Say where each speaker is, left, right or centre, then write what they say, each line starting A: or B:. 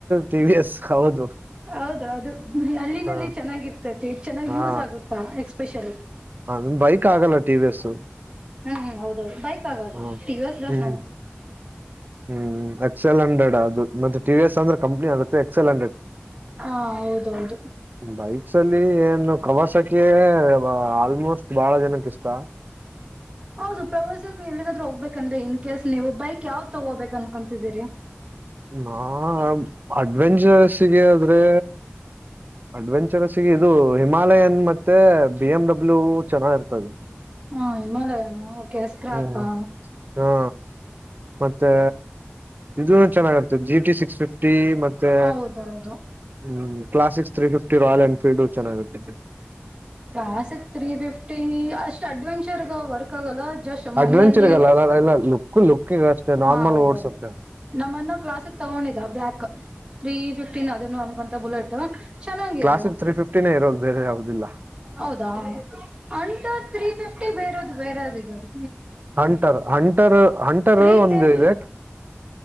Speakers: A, on the right; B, on the right.
A: ಟಿಿವಿಯಸ್ ಹೌದು
B: ಹೌದೌದು ಅಲ್ಲಿನಲ್ಲಿ
A: ಹ
B: ಚೆನ್ನಾಗಿರ್ತೈತಿ ಚೆನ್ನಾಗ್
A: ಹಾ
B: ಯೂಸ್ ಆಗುತ್ತಾ ಎಕ್ಸ್ಪೆಷಲ್
A: ಅದನ್ ಬೈಕ್ ಆಗಲ್ಲ ಟವ ಎಸ್
B: ಹ್ಮ್ ಹೌದೌದು ಬೈಕ್ ಆಗಲ್ಲ
A: ಹ್ಮ್
B: ಟಿ ಎಸ್ ದೋಶ್
A: ಹ್ಮ್
B: ನೋ
A: ಹ್ಮ್ ಎಕ್ಸ್ ಎಲ್ ಹಂಡ್ರೆಡ್ ಅದು ಮತ್ತೆ ಟಿ ಎಸ್ ಅಂದ್ರೆ ಕಂಪ್ನಿ ಆಗುತ್ತೆ ಎಕ್ಸಲ್ ಹಂಡ್ರೆಡ್
B: ಹಾ ಹೌದೌದು
A: ಭೈ ಕ್ಸ ಅಲ್ಲಿ ಏನು ಕವಸಕ್ಕೆ ಆಲ್ಮೋಸ್ಟ್ ಬಹಳ ಜನಕ್ಕೆ ಇಷ್ಟ
B: ಹೌದು ಪ್ರವಾಸ ಎಲ್ಲಿಗಾದ್ರೂ ಹೋಗ್ಬೇಕಂದ್ರೆ ಇನ್ ಕೇಸ್ ನೀವು ಬೈಕ್ ಯಾವ್ ತಗೋಬೇಕ ಅನ್ಕೊಂತಿದೀರಿ
A: ನಾ ಅಡ್ವೆಂಚರಸ್ಗೆ ಆದ್ರೆ ಅಡ್ವೆಂಚರಸ್ಗೆ ಇದು ಹಿಮಾಲಯನ್ ಮತ್ತೆ ಬಿ ಎಮ್ ಡಬ್ಲ್ಯೂ ಚೆನ್ನಾಗಿ ಇರ್ತದೆ
B: ಹಾ ಹಿಮಾಲಯನು ಓೆಾಪಾ
A: ಹ್ಮ್ ಹಾ ಮತ್ತೆ ಇದು ಚೆನ್ನಾಗಿರುತ್ತೆ ಜಿ ಟಿ ಸಿಕ್ಸ್ ಫಿಫ್ಟಿ ಮತ್ತೆ
B: ಹೌದೌದು
A: ಹ್ಮ್ ಕ್ಲಾಸಕ್ ತ್ರೀ ಫ್ಟ ರಾಯಲ್ ಎನ್ಫೀಲ್ಡ್ ಚೆನ್ನಾಗುತ್ತತ್ತ
B: ಕಾಸ್ತ್ ತ್ರೀ ಫಿಫ್ಟಿ ಅಷ್ಟ್ ಅಡ್ವೆಂಚರ್ಗ ವರ್ಕ್ ಆಗಲ್ಲ ಜಸ್ಟ್
A: ಅಡ್ವೆಂಚರ್ಗಲ್ಲ
B: ಮನೆಯಲ್ಲಿ
A: ಎಲ್ಲ ಲುಕ್ ಲುಕ್ಗ ಅಷ್ಟೆ
B: ಹಾ
A: ನಾರ್ಮಲ್
B: ಹೌದೌದು
A: ಓಡ್ಸುತ್ತೆ
B: ನಮ್ಮನ್ನ ಕ್ಲಾಸಕ್ ತಗೊಂಡಿದ ಬ್ಲ್ಯಾಕ್ ತ್ರೀ ಫಿಫ್ಟೀನ್ ಅದನ್ನು ಅನ್ಕೊಂತ ಬುಲೆಟ್ ಚೆನ್ನಾಗಿದೆ
A: ಕ್ಲಾಸಸ್ಿಗೆ ತ್ರೀ ಫಿಫ್ಟಿನೇ ಇರೋದು ಬೇರೆ ಯಾವ್ದದಿಲ್ಲ
B: ಹೌದಾ ಅಟ ೀ ಫಿಫ್ಟಿ ಬೇರೆ ಬೇರೆ ಇದಾರೆ
A: ಹಂಟರ್ ಹಂಟರ್ ಹಂಟರ್
B: ತ್ರೀ
A: ಒಂದು
B: ಟೆನ್
A: ಇದೆ